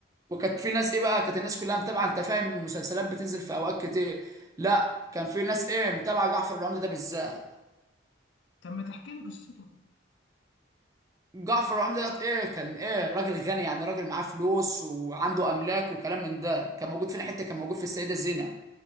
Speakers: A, on the right; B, on the left.
A: وكانت في ناس ايه بقى كانت الناس كلها متابعه انت فاهم المسلسلات بتنزل في اوقات كتير لا كان في ناس ايه متابعه جعفر العمدة ده بالذات
B: طب ما تحكي لي قصته
A: جعفر العمدة ده ايه كان ايه راجل غني يعني راجل معاه فلوس وعنده املاك وكلام من ده كان موجود فين حته كان موجود في السيده زينب